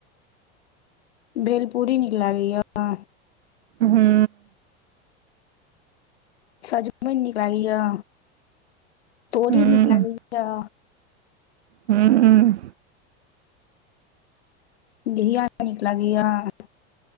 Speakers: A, on the left; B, on the right.
A: भेलपूड़ी नीक लागैयऽ।
B: हूँ।
A: सजमैनि नीक लागैयऽ तोरी
B: ह
A: नीक लागैयऽ।
B: हूँ।
A: घिया नीक लागैयऽ।